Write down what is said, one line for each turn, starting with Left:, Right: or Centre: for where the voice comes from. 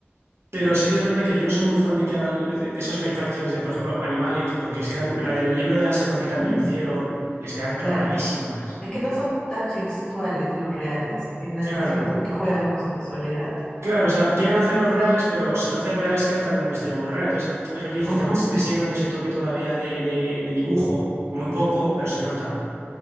Right: Pero sí que es verdad que yo no soy muy fan de que hagan de, de esos live actions de, por ejemplo, animales, porque les quedan, la del libro de la selva que también
Left: <laughs>
Right: lo hicieron, les quedan rarísimas.
Left: Claro. Es que no son tan gestuales los reales. En la
Right: Claro,
Left: animación es como que juegan con su gestualidad.
Right: claro, o sea, quieren hacerlos reales, pero si lo haces reales queda también una historia muy rara. Entonces, es lo que dices,
Left: Ajá.
Right: también le siguen dando ese toque todavía de, de- de dibujo, muy poco, pero se nota.